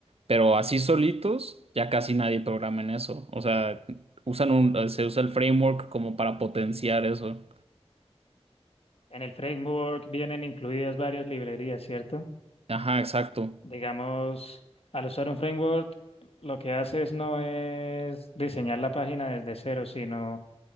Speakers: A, on the right; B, on the left.
A: pero así solitos ya casi nadie programa en eso. O sea, usan un, se usa el framework como para potenciar eso.
B: En el framework vienen incluidas varias librerías, ¿cierto?
A: Ajá, exacto.
B: Digamos, al usar un framework, lo que haces no es diseñar la página desde cero, sino